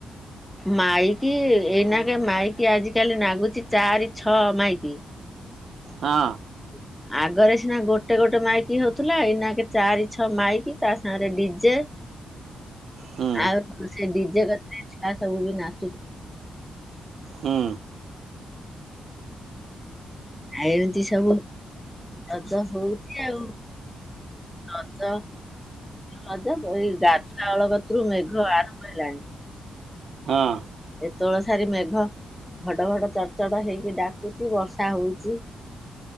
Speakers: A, in the centre; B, on the right (about 65°).
A: ମାଇକି ଏଇନା କେ ମାଇକି ଆଜିିକାଲି ନାଗୁଛି ଚାରି ଛଅ ମାଇକି।
B: ହଁ।
A: ହ। ଆଗରେ ସିନା ଗୋଟେ ଗୋଟେ ମାଇକି ହଉଥିଲା ଏଇନାକେ ଚାରି ଛଅ ମାଇକି ତା ସାଙ୍ଗେରେ ଡିଜେ।
B: ହୁଁ
A: ଆଉ ସେ ଡିଜେ କଥା ଛୁଆ ସବୁ ବି ନାଚୁ
B: ହୁଁ।
A: ଆଉ ଏମିତି ସବୁ ରଜ ହଉଛି ଆଉ। ରଜ। ରଜ ଏଇ ଗାଧା ଓଳ କତରୁ ମେଘ ଆରମ୍ଭ ହେଲାଣି।
B: ହଁ।
A: ଏତେବେଳ ସାରି ମେଘ। ଘଡ ଘଡ ଚଡ ଚଡ ହେଇକି ଡାକୁଚି ବର୍ଷା ହଉଚି।